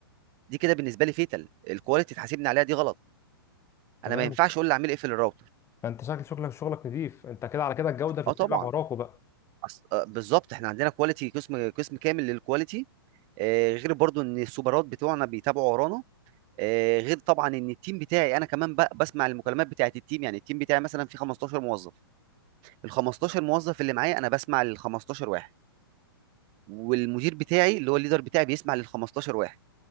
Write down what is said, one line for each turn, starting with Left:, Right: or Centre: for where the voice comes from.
Right: دي كده بالنسبه لي فيتال الكواليتي تحاسبني عليها دي غلط
Left: تمام
Right: انا ما ينفعش اقول للعميل اقفل الراوتر
Left: فانت شكل شغلك شغلك نظيف انت كده على كده الجوده بتتبع
Right: اه طبعا
Left: وراكوا بقى
Right: أص... آه بالظبط احنا عندنا كواليتي قسم قسم كامل للكواليتي آه غير برضو ان السوبرات بتوعنا بيتابعوا ورانا آه، غير طبعا ان التيم بتاعي انا كمان ب- بسمع المكالمات بتاعه التيم يعني التيم بتاعي مثلا فيه 15 موظف ال 15 موظف اللي معايا انا بسمع لل 15 واحد والمدير بتاعي اللي هو الليدر بتاعي بيسمع لل 15 واحد